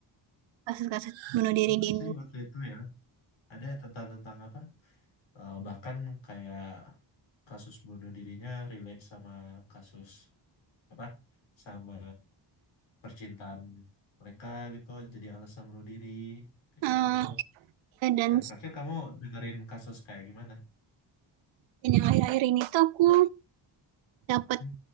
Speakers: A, on the right; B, on the left.
A: kasus-kasus bunuh diri
B: mantap
A: di Indonesia?
B: sih waktu itu ya. Ada tentang tentang apa? Eh, bahkan kayak kasus bunuh dirinya relate sama kasus apa? Sama percintaan mereka gitu jadi alasan bunuh diri kayak
A: Eh,
B: kayak gitu.
A: ya, dan,
B: Dan terakhir kamu dengerin kasus kayak gimana?
A: dan yang akhir-akhir ini tuh aku dapat
B: Hmm.